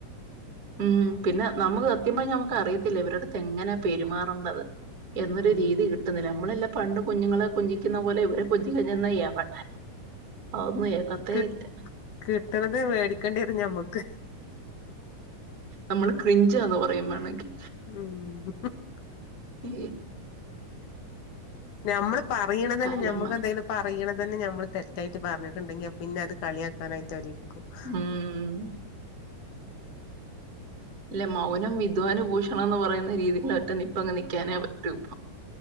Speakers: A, on the right; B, on the left.
A: ഉം പിന്നെ നമ്മുക്ക് സത്യം പറഞ്ഞ ഞമ്മക്ക് അറിയത്തില്ല ഇവടെ അടുത്ത് എങ്ങനാ പെരുമാറേണ്ടത് എന്നൊരു
B: ഉം
A: രീതി കിട്ടുന്നില്ല നമ്മളെല്ലാം പണ്ട് കുഞ്ഞുങ്ങളെ കുഞ്ചിക്കുന്ന പോലെ ഇവരെ കൊഞ്ചിക്കച്ചെന്ന യവടെ അന്നും ഏക്കത്ത
B: കി
A: ഇല്ല
B: കിട്ടണത് മേടിക്കേണ്ടി <inaudible>
A: നമ്മള് ക്രിഞ്ച എന്ന് പറയുമ്മ് വേണെങ്കിൽ
B: ഉം <inaudible>
A: ഈ
B: നമ്മള് പറയണ തന്നെ
A: കാലന്മാര്
B: ഞമ്മക്ക് എന്തെിലും പറയണ തന്നെ ഞമ്മള് തെറ്റായി പറഞ്ഞിട്ടുണ്ടെങ്കി പിന്നെ അത് കളിയാക്കാനായിട്ട് അവര് ഇരിക്കും <inaudible>
A: ഉം ഇല്ല മൗനം വിദ്വാന ഭൂഷണം എന്ന് പറയുന്നത് രീതിൽ ഒറ്റ നിപ്പ അങ് നിക്കാനേ പറ്റൂ ഇപ്പ